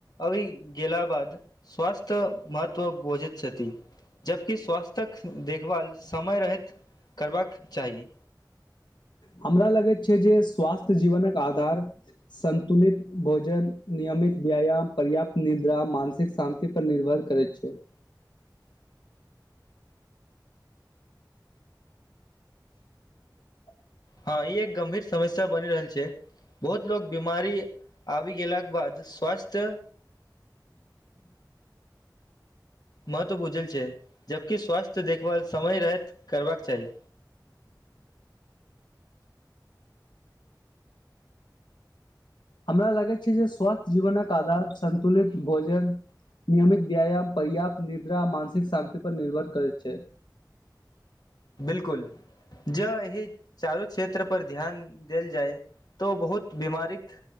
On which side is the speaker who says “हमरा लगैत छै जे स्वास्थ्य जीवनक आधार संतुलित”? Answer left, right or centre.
Left